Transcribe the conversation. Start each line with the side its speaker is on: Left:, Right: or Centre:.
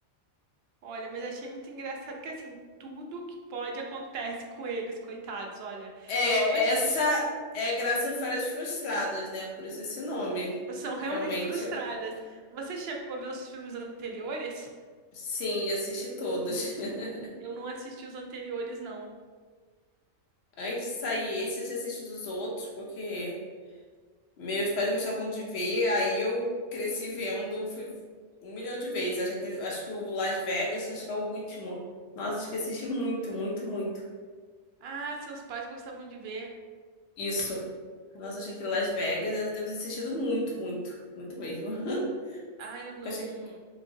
Right: olha, mas achei muito engraçado que assim, tudo que pode acontece com eles, coitados. Olha,
Left: É,
Right: eu
Left: essa é Graça Férias Frustradas, né? Por isso esse nome.
Right: São realmente
Left: Realmente,
Right: frustradas.
Left: eu-
Right: Você chegou a ver os filmes anteriores?
Left: sim, já assisti todos. <laughs>
Right: Eu não assisti os anteriores, não.
Left: Antes de sair esse, eu já assisti dos outros, porque Meus pais gostavam de ver, aí eu cresci vendo, fui um milhão de vezes. Acho que, acho que o Las Vegas, acho que é o último. Nossa, acho que assisti muito, muito, muito.
Right: Ah, seus pais gostavam de ver.
Left: Isso. Nossa, acho que Las Vegas eu devo ter assistido muito, muito, muito mesmo. <laughs>
Right: Ah, eu não.
Left: Eu achei-